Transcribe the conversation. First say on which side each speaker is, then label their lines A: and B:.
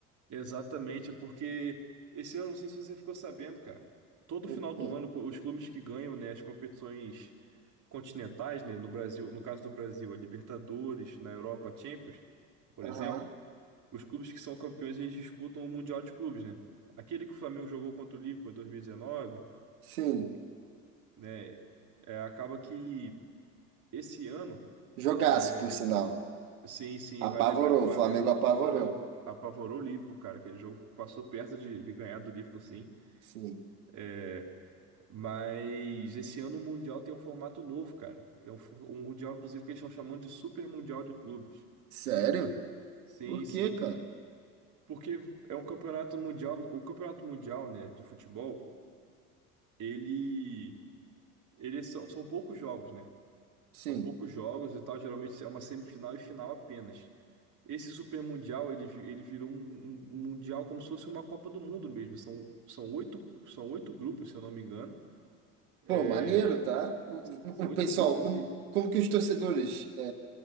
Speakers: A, on the right; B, on the right.
A: Exatamente, é porque esse ano, não sei se você ficou sabendo, cara, todo
B: O
A: final
B: quê?
A: do ano co- os clubes que ganham, né, as competições continentais, né, no Brasil, no caso do Brasil, a Libertadores, na Europa, a Champions, por
B: Aham.
A: exemplo, os clubes que são campeões, eles disputam o Mundial de Clubes, né? Aquele que o Flamengo jogou contra o Liverpool em 2019,
B: Sim.
A: né, é, acaba que esse ano,
B: Jogaço,
A: é,
B: por sinal.
A: sim, sim, vai
B: Apavorou.
A: lembrar que o Flamengo,
B: O Flamengo apavorou.
A: o Flamengo apavorou o Liverpool, cara, aquele jogo passou perto de, de ganhar do Liverpool, sim.
B: Sim.
A: É, mas esse ano o Mundial tem um formato novo, cara. É um, for- um Mundial, inclusive, que eles estão chamando de Super Mundial de Clubes.
B: Sério?
A: Sim,
B: Por
A: sim.
B: quê, cara?
A: Porque é um campeonato mundial. O campeonato mundial, né, de futebol, ele, ele são, são poucos jogos, né?
B: Sim.
A: São poucos jogos e tal. Geralmente é uma semifinal e final apenas. Esse Super Mundial, ele, vi- ele virou um, um- um mundial como se fosse uma Copa do Mundo mesmo. São, são oito, são oito grupos, se eu não me engano. É,
B: Pô, maneiro, tá? O, o-
A: Sim, são
B: o
A: oito
B: pessoal,
A: grupos
B: como,
A: e,
B: como que os torcedores.